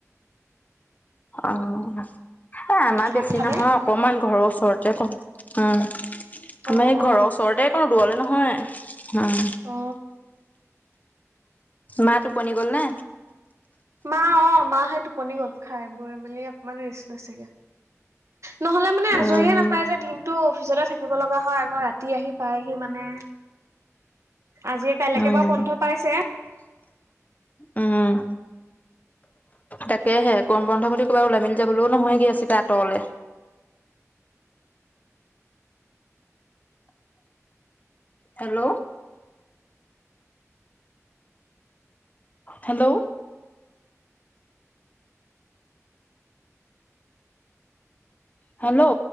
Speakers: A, on the left (about 30°); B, on the right (about 60°).
A: অ' এই আমাৰ বেছি
B: আগফালে
A: নহয় অকমান ঘৰৰ ওচৰতে উম আমাৰ
B: অ
A: এই
B: অ
A: ঘৰৰ ওচৰতে- কৰো দূৰলে নহয়, উম।
B: অ
A: মাঁ টোপনি গল নে?
B: মা অ' মা সেই টোপনি গ'ল খাই বৈ মেলি অকণমান ৰেষ্ট লৈছেগে। নহ'লে মানে আজৰিয়ে
A: উম,
B: নাপায় যে দিন টো অফিচতে থাকিব লগা হয় আকৌ ৰাতি আহি পাইহি মানে, আজি কাইলেকে
A: উম,
B: বাও বন্ধ পাইছে।
A: উম। তাকেহে গৰম বন্ধ বুলি কবাত ওলাই মেলি যাবলৈও নহয়গে চাগে আঁতৰলে। হেল্ল'। হেল্ল'। হেল্ল